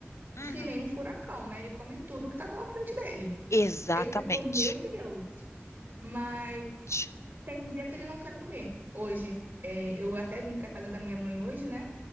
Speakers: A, on the left; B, on the right.
A: Uhum.
B: e que nem um furacão, né? Ele come tudo que tá pela frente dele.
A: Exatamente.
B: Eu fico, meu Deus. Mas
A: Exatamente.
B: tem dia que ele não quer comer. Hoje, é, eu até vim pra casa da minha mãe hoje, né?